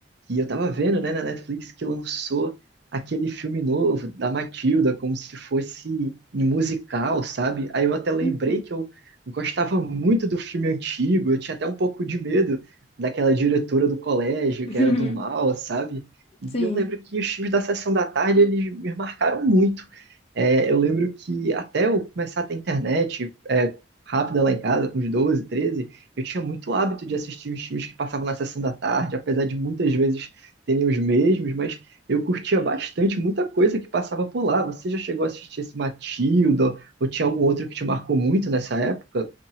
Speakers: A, on the right; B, on the left.
A: que eu tava vendo, né, na Netflix que lançou aquele filme novo da Matilda, como se fosse um musical, sabe? Aí eu até lembrei
B: Uhum.
A: que eu gostava muito do filme antigo, eu tinha até um pouco de medo daquela diretora do colégio,
B: <laughs>
A: que era do mal, sabe? E
B: Sim.
A: eu lembro que os filmes da Sessão da Tarde, eles me marcaram muito. É, eu lembro que até eu começar a ter internet, é, rápida lá em casa, com uns 12, 13 eu tinha muito hábito de assistir os filmes que passavam na sessão da tarde, apesar de muitas vezes terem os mesmos, mas eu curtia bastante muita coisa que passava por lá. Você já chegou a assistir esse Matilda? Ou tinha algum outro que te marcou muito nessa época?